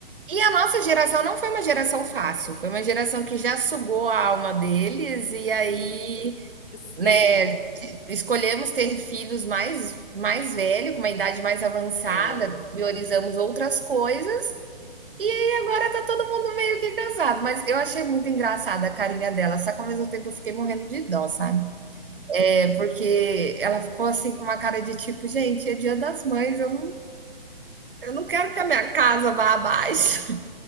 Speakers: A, on the right (about 65°); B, on the left (about 55°).
A: E a nossa geração não foi uma geração fácil, foi uma geração que já sugou a alma deles e aí,
B: Sim,
A: né, t- escolhemos ter filhos mais mais velho, com uma idade mais avançada,
B: é,
A: priorizamos outras coisas E aí agora tá todo mundo meio que cansado, mas eu achei muito engraçada a carinha dela, só que ao mesmo tempo eu fiquei morrendo de dó, sabe? É porque ela ficou assim com uma cara de tipo, gente, é Dia das Mães, eu não, eu não quero
B: tá
A: que a minha casa vá abaixo.